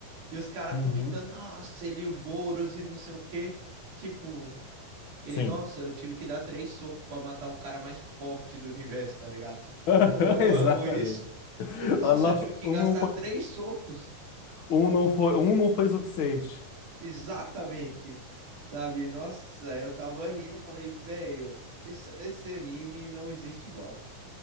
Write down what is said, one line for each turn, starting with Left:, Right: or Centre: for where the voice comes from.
Right: e os caras
Left: Uhum.
Right: comentando, nossa, ele, e o Boros e não sei o quê. Tipo, Ele,
Left: Sim.
Right: nossa, eu tive que dar três socos pra matar o cara mais forte do universo, tá ligado?
Left: <laughs>
Right: Pô, eu
Left: Exatamente.
Right: amo isso. Ele, nossa,
Left: Ah, Nossa,
Right: eu tive que
Left: um
Right: gastar
Left: não foi,
Right: três socos.
Left: um não foi, um não foi suficiente.
Right: Exatamente. Sabe? Nossa, eu tava rindo, falei, velho, esse, esse anime não existe igual.